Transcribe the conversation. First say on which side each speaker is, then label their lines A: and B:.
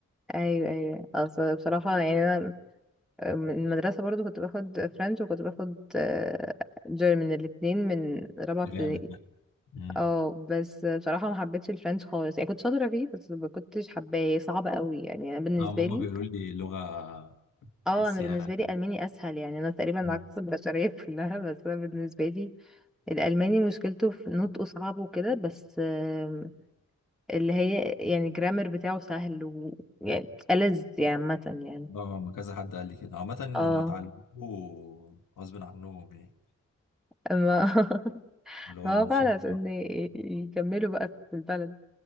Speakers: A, in the centre; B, on the left.
A: ايوه ايوه اصل بصراحة يعني انا من المدرسة برضو كنت باخد فرنش وكنت باخد آه، جيرمن الاتنين من رابعة
B: ده
A: ابتدائي
B: جامد ده امم
A: اه بس بصراحة ما حبيتش الفرنش خالص يعني كنت شاطرة فيه بس ما كنتش حباه صعب قوي يعني انا بالنسبة
B: اه هما
A: لي
B: بيقولوا لي لغة
A: اه
B: تحسيها
A: انا بالنسبة لي الماني اسهل يعني انا تقريبا
B: مم.
A: عكس البشرية <laughs> كلها بس انا بالنسبة لي الالماني مشكلته في نطقه صعب وكده بس آم، اللي هي يعني الجرامر بتاعه سهل ويعني ألذ يعني عامة يعني
B: اه ما كذا حد قال لي كده عامة لما
A: اه
B: اتعلموه غصب عنهم يعني
A: ما <laughs>
B: اللي هو
A: ما
B: عايشين
A: هو فعلا عشان ي- ي- يكملوا بقى في البلد